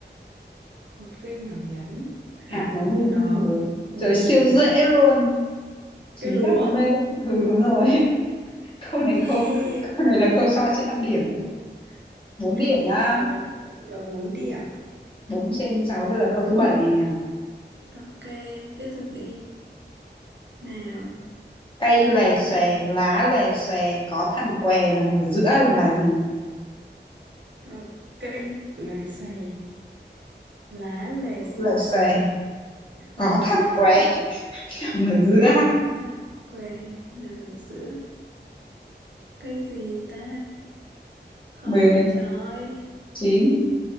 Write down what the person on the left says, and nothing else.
Hạt nó nuôi
người.
Trời siêu
dễ luôn. Chín
vàng nơi. Ừ đúng rồi. <laughs> Câu này
câu câu này là câu cho chị ăn điểm nhé. 4 điểm
nhá.
bốn trên 6 bây giờ câu thứ bảy này à.
Cây lòe xòe,
lá lòe xòe, có thằn què nằm ở giữa là gì?
Lòe xòe, có
thằn
què <laughs> nằm ở giữa.
mười
chín